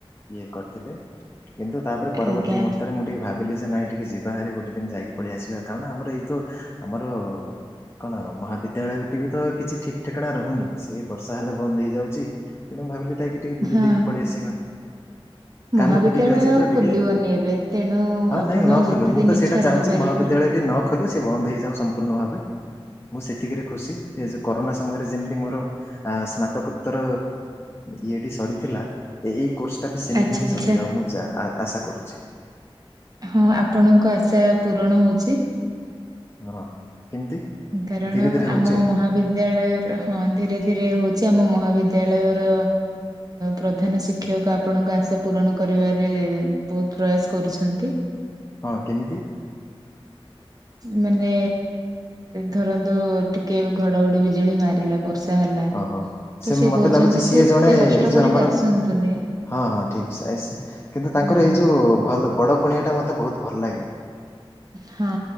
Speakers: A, on the left; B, on the right.
A: ଇଏ କରିଥିଲେ କିନ୍ତୁ ତାପରେ ପରବର୍ତ୍ତୀ
B: ଆଜ୍ଞା
A: ମୁହୂର୍ତ୍ତରେ ମୁଁ ଟିକେ ଭାବିଲି ଯେ ନାଇଁ ଟିକେ ଯିବା ହେରି ଗୋଟେ ଦିନ ଯାଇକି ପଳେଇ ଆସିବା କାରଣ ଆମର ଏଇତ ଆମର କଣ ମହାବିଦ୍ୟାଳୟଟି ବି ତ କିଛି ଠିକ୍ ଠିକଣା ରହୁନି ସେ ବର୍ଷା ହେଲେ ବନ୍ଦ ହେଇଯାଉଛି। ତେଣୁ ଭାବିଲି ଯାଇକି ଟିକେ ବୁଲି
B: ହଁ।
A: ଦେଇକି ପଳେଇ ଆସିବା। କାମ
B: ମହାବିଦ୍ୟାଳୟ
A: ବି ଟିକେ ଅଛି
B: ଆଉ
A: ତ ଟିକେ
B: ଖୋଲିବନି ଏବେ ତେଣୁ
A: ହଁ
B: ଆପଣ
A: ନାଇଁ ନ
B: ଯେତେ
A: ଖୋଲୁ ମୁଁ
B: ଦିନ
A: ତ ସେଇଟା
B: ଇଚ୍ଛା
A: ଚାହୁଁଛି।
B: ରହିପାରିବେ।
A: ମହାବିଦ୍ୟାଳୟ ନ ଖୋଲୁ ବନ୍ଦ ହେଇଯାଉ ସମ୍ପୂର୍ଣ୍ଣ ଭାବେ ମୁଁ ସେତିକିରେ ଖୁସି ଏ ଜଉ କରୋନା ଆମର ଯେମିତି ମର ଆ ସ୍ନାତକୋତ୍ତର ଇଏଟି ସରିଥିଲା ଏହି କୋର୍ସ ଟା ସେମିତି
B: ଆଚ୍ଛା
A: ହିଁ
B: ଆଚ୍ଛା
A: ସରିଯାଉ ମୁଁ ଆଶା କରୁଛି।
B: ହଁ ଆପଣଙ୍କ ଆଶା ପୂରଣ ହଉଛି।
A: ହଁ କେମିତି?
B: କାରଣ
A: ଧୀରେ ଧୀରେ ହଉଛି
B: ଆମ
A: ଆଉ
B: ମହାବିଦ୍ୟା ବିଦ୍ୟାଳୟର ହଁ ଧୀରେ ଧୀରେ ହଉଛି ଆମ ମହାବିଦ୍ୟାଳୟର ପ୍ରଧାନ ଶିକ୍ଷକ ଆପଣଙ୍କ ଆଶା ପୂରଣ କରିବାରେ ବହୁତ ପ୍ରୟାସ କରୁଛନ୍ତି।
A: ହଁ କେମିତି?
B: ମାନେ ଧରନ୍ତୁ ଟିକେ ଘଡଘଡି ବିଜୁଳି ମାରିଲା ବର୍ଷା ହେଲା ତ
A: ଓହୋ
B: ସେ
A: ମତେ
B: କହୁଛନ୍ତି
A: ଲାଗୁଛି ସିଏ
B: ଯେ ଏତେ
A: ଜଣେ ଏଇ
B: କଷ୍ଟ
A: ଯୋଉ
B: କରିକି
A: ଆମର
B: ଆସନ୍ତୁନି।
A: ହଁ ହଁ ଠିକ୍ ସେ ଆ କିନ୍ତୁ ତାଙ୍କର
B: ହଁ
A: ଏଇ ଯୋଉ ଭଲ ବଡ ପଣିଆ ଟା ମତେ ବହୁତ ଭଲ ଲାଗେ।
B: ହଁ।